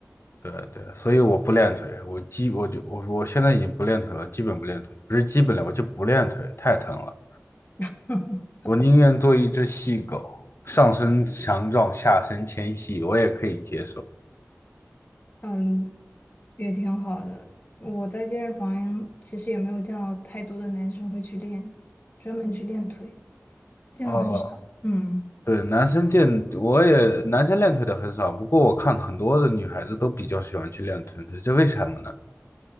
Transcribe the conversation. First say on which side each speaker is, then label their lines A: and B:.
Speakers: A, on the left; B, on the left.
A: 对对，所以我不练腿，我基我就我我现在已经不练腿了，基本不练腿，不是基本练，我就不练腿，太疼了。
B: <laughs>
A: 我宁愿做一只细狗，上身强壮，下身纤细，我也可以接受。
B: 嗯，也挺好的。我在健身房其实也没有见到太多的男生会去练，专门去练腿，见到很少。
A: 哦，
B: 嗯。
A: 对，男生健，我也男生练腿的很少，不过我看很多的女孩子都比较喜欢去练臀腿，这为什么呢？